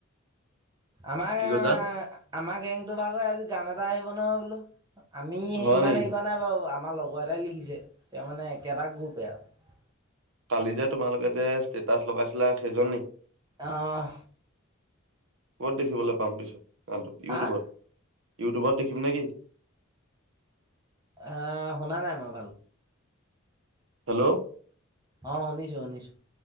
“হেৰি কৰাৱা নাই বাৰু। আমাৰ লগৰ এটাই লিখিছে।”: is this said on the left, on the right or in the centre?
Right